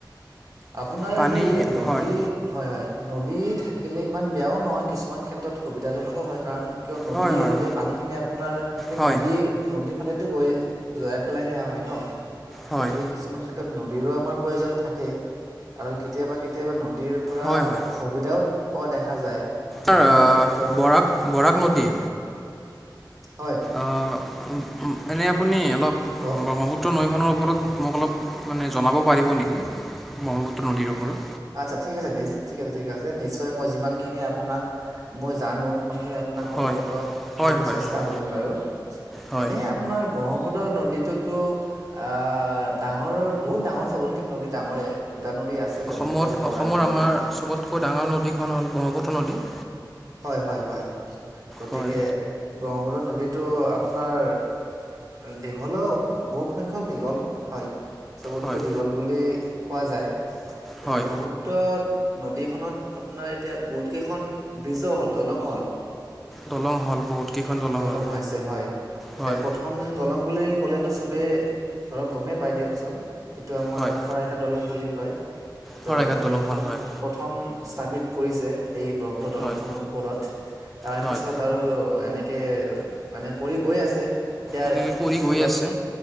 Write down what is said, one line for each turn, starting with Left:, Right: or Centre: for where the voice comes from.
Right: আপোনাৰ
Centre: পানী
Right: সেই নদী
Centre: হয়
Right: হয় হয় নদী থাকিলে ইমান বেয়াও নহয় কিছুমান। ক্ষেত্ৰত সুবিধাজনকো হয় কাৰণ কিয় নদী
Centre: হয় হয়
Right: হ'লে পানীখিনি আপোনাৰ সেই
Centre: হয়
Right: নদীৰ নদীৰ ফালেটো গৈ যোৱাই পেলাই সেয়া হয় ন
Centre: হয়
Right: গতিকে কিছুমান ক্ষেত্ৰত নদীৰো আমাৰ প্ৰয়োজন থাকে কে আৰু কেতিয়াবা কেতিয়াবা নদীৰ পৰা
Centre: হয় হয়
Right: অসুবিধাও পোৱা দেখা যায়। বিভিন্ন
Centre: আহ
Right: ক্ষেত্ৰত
Centre: বৰাক বৰাক নদী
Right: হয়
Centre: আহ এনে আপুনি অলপ
Right: কওক
Centre: ব্ৰহ্মপুত্ৰ নৈখনৰ ওপৰত মোক অলপ মানে জনাব পাৰিব নেকি? ব্ৰহ্মপুত্ৰ নদীৰ ওপৰত
Right: আত্ছা ঠিক আছে নিজ ঠিক আছে ঠিক আছে নিশ্চয় মই যিমান খিনি আপোনাক মই জানো সিমানখিনি আপোনাক অৱগত
Centre: হয়
Right: কৰিব
Centre: হয় হয়
Right: চেষ্টা
Centre: হয়
Right: কৰিম বাৰু
Centre: হয়
Right: এনে আপোনাৰ ব্ৰহ্মপুত্ৰ <unintelligible> নদীতোতো অ ডাঙৰ বহুত ডাঙৰ চবতকে নদী ডাঙৰে নদী আছে ব্ৰহ্মপুত্ৰ
Centre: অসমত
Right: আৰু বৰাক
Centre: অসমৰ
Right: নদী।
Centre: আমাৰ চবতকৈ ডাঙৰ নদীখন হ'ল ব্ৰহ্মপুত্ৰ নদী
Right: হয় হয় হয় গতিকে
Centre: হয়
Right: ব্ৰহ্মপুত্ৰত নদীতো আপোনাৰ দীঘলেও বহুত সংখ্য বহুত দীঘল হয় চবতকৈ
Centre: হয়
Right: দীঘল বুলি কোৱা যায়। গতি
Centre: হয়
Right: ব্ৰহ্মপুত্ৰ নদীখনত আপোনাৰ এতিয়া বহুত কেইখন বিজো হ'ল দলঙো হ'ল
Centre: দলং হ'ল বহুত কেইখন
Right: দলং
Centre: হ'ল
Right: হৈছে হয় এতিয়া
Centre: হয়
Right: প্ৰথম দলং বুলি ক'লেতো চবে ধৰক গমেই পাই দিয়কচোন যিটো আমাৰ
Centre: হয়
Right: শৰাইঘাট দলং বুলি কয়
Centre: শৰাইঘাট
Right: ত'
Centre: দলংখন
Right: সেইখন
Centre: হয়
Right: প্ৰথম স্থাপিত কৰিছে এই ব্ৰহ্মপুত্ৰ দলংখনৰ
Centre: হয়
Right: ওপৰত তাৰ
Centre: হয়
Right: পিছত আৰু এনে কে মানে কৰি গৈ আছে এতিয়া
Centre: এনেকৈ কৰি গৈ
Right: অলপ
Centre: আছে